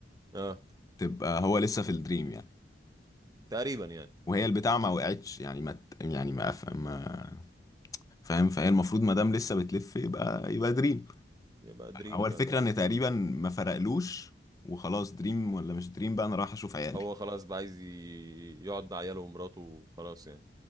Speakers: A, on the right; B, on the left.
A: اه
B: تبقى هو لسه في الدريم يعني
A: تقريبا يعني
B: وهي البتاع ما وقعتش يعني ما ت- يعني ما أف- ما- فاهم فهي المفروض ما دام لسه بتلف يبقى يبقى دريم
A: يبقى دريم
B: هو
A: فعلا
B: الفكره ان تقريبا ما فرقلوش وخلاص دريم ولا مش دريم بقى انا رايح اشوف عيالي
A: هو خلاص بقى عايز ي- يقعد مع عياله ومراته وخلاص يعني